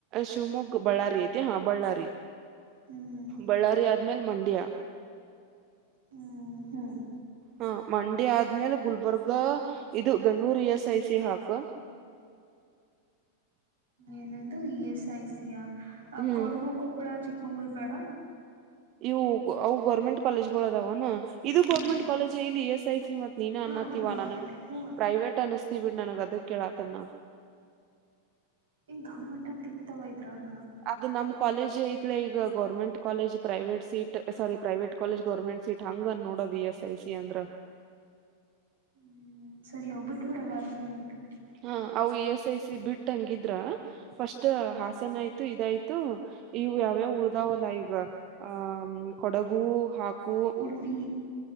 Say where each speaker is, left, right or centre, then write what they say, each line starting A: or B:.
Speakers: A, on the right; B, on the right.
A: ಶಿವಮೊಗ್ಗ ಬಳ್ಳಾರಿ ಐತಿ ಹಾ ಬಳ್ಳಾರಿ
B: ಹ್ಮ್
A: ಬಳ್ಳಾರಿ ಆದ್ಮೇಲ್ ಮಂಡ್ಯ
B: ಹ್ಮ ಹ್ಮ
A: ಹಾ ಮಂಡೆ ಆದ್ಮೇಲೆ ಗುಲ್ಬರ್ಗ ಇದು Bengaluru E S I C ಹಾಕ
B: ಏನದು ಇ ಎಸ್ ಐ ಸಿಿಯ
A: ಹ್ಮ್
B: ಕೊಡುಗು ಕೊಪ್ಪಳ ಚಿ ಮಂಗ್ಗಳೂರು ಬೇಡ
A: ಇವು ಅವು ಗೌರ್ಮೆಂಟ್ ಕಾಲೇಜ್ಗಳು ಅದಾವಣ ಇದು
B: ಹ್ಮ್
A: ಗೌರ್ಮೆಂಟ್ ಕಾಲೇಜ ಇಲ್ಲಿ ಎಸ್ ಐ ಮತ್ ನೀನೇ
B: ಹಾ
A: ಅನ್ನತ್ತವ
B: ಅದನ್ನು ಗೌರ್ಮೆಂಟೇ
A: ನನಗ್
B: ಹ್ಞೂ
A: ಪ್ರೈವೇಟ್ ಅನ್ನತ ಬಿಟ್ಟ ನನಗ್ ಅದ ಕೇಳಾತನ್ನ
B: ಇನ್ ಗೌರ್ಮೆಂಟ್ ಅಂತ ಇತ್ತವ ಇದ್ರಾಗ
A: ಅದ್ ನಮ್ ಕಾಲೇಜ್ ಐ್ಲೆ ಈಗ government college private seat sorry private college government seat ಹಂಗ ನೋ ಎಸ್ ಐ ಸಿ ಅಂದ್ರ
B: ಹ್ಮ್ ಸರಿ ಒಬ್್ಬಟ್ಟು ಬಿೂಡ ಎಲ್ಲತಕ್ಕೆ
A: ಹ ಅವು ಇ ಎಸ್ ಐ ಸಿ ಬಿಟ್ಟ ಹಂಗಿದ್ರ ಫಸ್ಟ್ ಹಾಸನ ಆಯ್ತು ಇದಾಯ್ತು ಇವು ಯಾವ್ಯಾವ ಉಳ್ದಾವಲ್ಲ ಈಗ ಆ ಕೊಡಗು ಹಾಕ
B: ಉಡುಪಿ